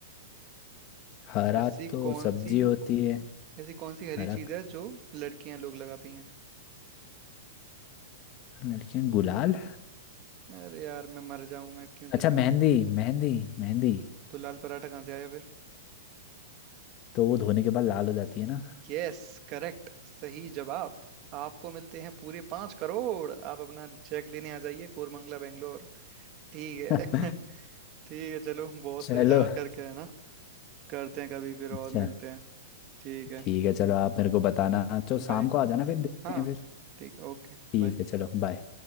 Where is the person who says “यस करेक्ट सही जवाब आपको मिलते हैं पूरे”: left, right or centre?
Right